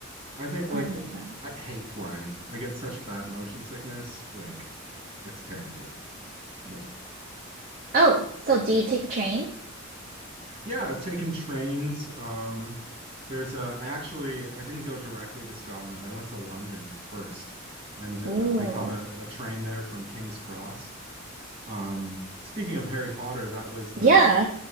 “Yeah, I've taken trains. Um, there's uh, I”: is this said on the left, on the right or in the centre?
Right